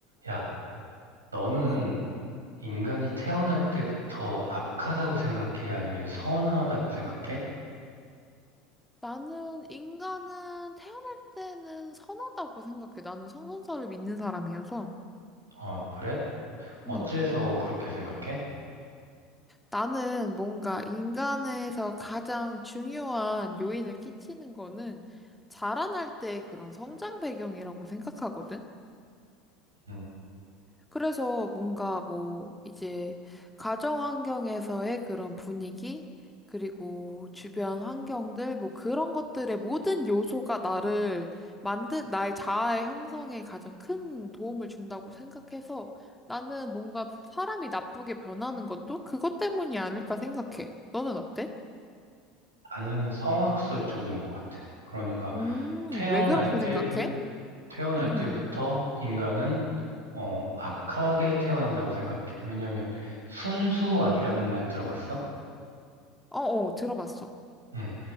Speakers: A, on the right; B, in the centre.
A: 야, 너는
B: 응응.
A: 인간이 태어날 때부터 악하다고 생각해? 아니면 선하다고 생각해?
B: 나는 인간은 태어날 때는 선하다고 생각해. 나는 성선설을 믿는 사람이어서.
A: 어, 그래? 어째서
B: 응.
A: 그렇게 생각해?
B: 나는 뭔가 인간에서 가장 중요한 요인을 끼치는 거는 자라날 때 그런 성장 배경이라고 생각하거든.
A: 음,
B: 그래서 뭔가 뭐 이제 가정 환경에서의 그런 분위기 그리고 주변 환경들 뭐 그런 것들의 모든 요소가 나를 만든 나의 자아의 형성에 가장 큰 도움을 준다고 생각해서 나는 뭔가 사람이 나쁘게 변하는 것도 그것 때문이 아닐까 생각해. 너는 어때?
A: 나는 성악설 쪽인 것 같아. 그러니까
B: 음,
A: 태어날
B: 왜 그렇게
A: 때부터
B: 생각해?
A: 태어날
B: 응, 응,
A: 때부터
B: 응.
A: 인간은 어, 악하게 태어난다고 생각해. 왜냐면 순수악이라는 말 들어봤어?
B: 어, 어, 들어봤어.
A: 음,